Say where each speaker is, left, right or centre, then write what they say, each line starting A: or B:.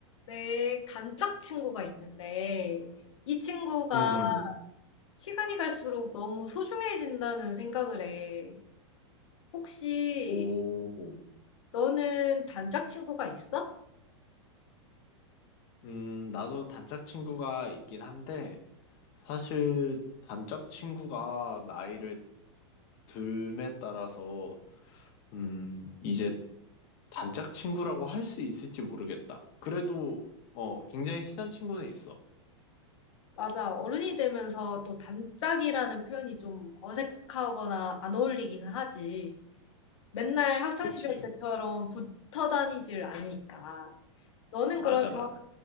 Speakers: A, on the left; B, on the left.
A: 내 단짝 친구가 있는데 이 친구가
B: 응, 응.
A: 시간이 갈수록 너무 소중해진다는 생각을 해. 혹시
B: 오.
A: 너는 단짝 친구가 있어?
B: 음, 나도 단짝 친구가 있긴 한데, 사실 단짝 친구가 나이를 듦에 따라서, 음, 이제 단짝 친구라고 할 수 있을지 모르겠다. 그래도, 어, 굉장히 친한 친구는 있어.
A: 맞아. 어른이 되면서 또 단짝이라는 표현이 좀 어색하거나 안 어울리기는 하지. 맨날 학창
B: 그치?
A: 시절 때처럼 붙어 다니질 않으니까. 너는
B: 맞아,
A: 그러면
B: 맞아.